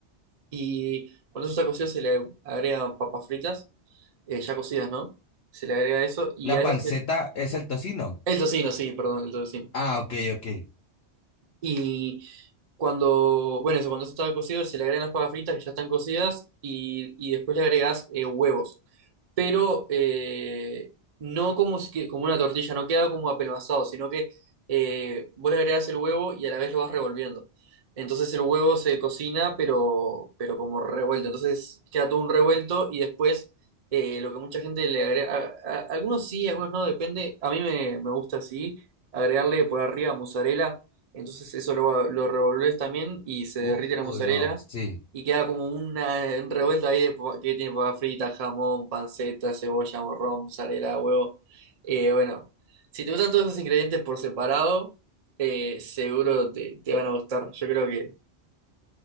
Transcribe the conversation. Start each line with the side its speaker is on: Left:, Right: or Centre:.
Right: Y cuando eso está cocido se le agregan papas fritas, eh, ya cocidas, ¿no? Se le agrega eso y
Left: La
Right: a eso
Left: panceta
Right: se...
Left: es el tocino.
Right: El tocino, sí, perdón, el tocino.
Left: Ah, ok, ok.
Right: Y cuando, bueno, eso, cuando eso está cocido se le agregan las papas fritas que ya están cocidas y, y después le agregas eh, huevos. pero eh, no como, si que- como una tortilla, no queda como apelmazado, sino que eh, vos le agregás el huevo y a la vez lo vas revolviendo. Entonces el huevo se cocina, pero, pero como revuelto. Entonces queda todo un revuelto y después eh, lo que mucha gente le agrega, a- a- algunos sí, algunos no, depende. A mí me, me gusta así, agregarle por arriba mozzarella. Entonces eso lo, lo revolvés también y se derrite
Left: Uh,
Right: la
Left: Uy,
Right: mozzarella
Left: no, sí.
Right: y queda como una un revuelto ahí de papa- que tiene papa frita, jamón, panceta, cebolla, morrón, mozzarella, huevo. Eh, bueno, si te gustan todos esos ingredientes por separado, eh, seguro te, te van a gustar. Yo creo que,